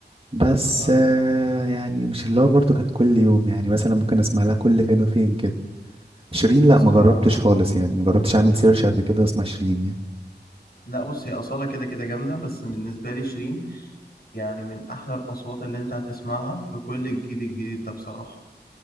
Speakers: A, on the right (about 30°); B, on the left (about 60°).
A: بس
B: آه،
A: آه، يعني مش اللي هو برضو كانت كل يوم يعني مثلا ممكن اسمع لها كل فين وفين كده شيرين
B: بس
A: لا
B: أصالة
A: ما جربتش خالص يعني ما جربتش اعمل سيرش قبل كده واسمع شيرين يعني
B: لأ بُص، هي أصالة كده، كده جامدة، بس بالنسبة لي شيرين يعني من أحلى الأصوات اللي أنت هتسمعها في كل الجيل الجديد ده بصراحة.